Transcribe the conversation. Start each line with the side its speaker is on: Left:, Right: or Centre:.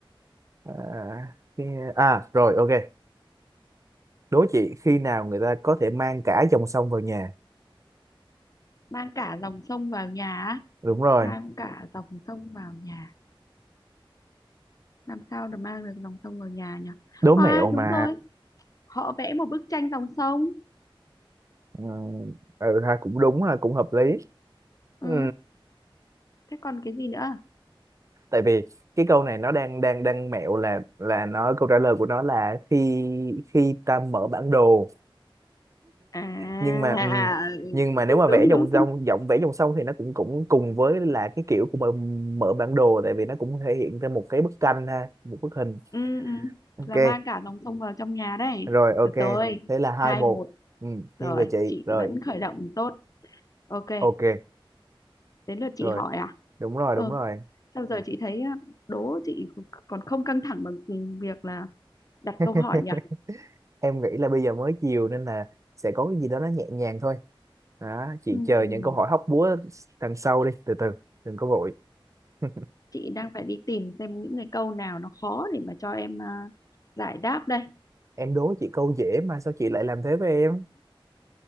Right: à, cái- à rồi ok đố chị khi nào người ta có thể mang cả dòng sông vào nhà
Left: mang cả dòng sông vào nhà á.
Right: đúng rồi
Left: mang cả dòng sông vào nhà làm sao được mang được dòng sông vào nhà nhỉ
Right: đố
Left: à
Right: mẹo mà
Left: đúng rồi họ vẽ một bức tranh dòng sông
Right: ừ, ừ ha cũng đúng ha cũng hợp lý ừ.
Left: ừ thế còn cái gì nữa
Right: tại vì cái câu này nó đang đang đang mẹo là là nó câu trả lời của nó là khi khi ta mở bản đồ
Left: à
Right: nhưng mà ừ, nhưng mà nếu
Left: đúng
Right: mà
Left: đúng
Right: vẽ
Left: đúng
Right: dòng sông
Left: đúng
Right: giọng vẽ dòng sông thì nó cũng cũng cùng với là cái kiểu của mở, mở bản đồ tại vì nó cũng thể hiện ra một cái bức tranh ha một bức hình
Left: ừ, ừ.
Right: ok
Left: là mang cả dòng sông vào trong nhà đấy
Right: rồi ok
Left: được rồi
Right: thế là
Left: hai
Right: hai một
Left: một
Right: ừ, nghiêng
Left: rồi
Right: về chị
Left: chị
Right: rồi
Left: vẫn khởi động tốt
Right: <clears throat>
Left: ok
Right: ok
Left: đến lượt chị
Right: rồi
Left: hỏi à
Right: đúng rồi
Left: ờ
Right: đúng rồi
Left: sao giờ Ok. chị thấy á, đố chị còn không căng thẳng bằng việc là đặt
Right: <laughs>
Left: câu hỏi nhỉ
Right: em nghĩ là bây giờ mới chiều nên là sẽ có cái gì đó nó nhẹ nhàng thôi đó chị
Left: Ừm,
Right: chờ những câu hỏi hóc búa đằng sau đi từ từ đừng có vội <laughs>
Left: chị đang phải đi tìm xem những cái câu nào nó khó để mà cho em à, giải đáp đây
Right: em đố chị câu dễ mà sao chị lại làm thế với em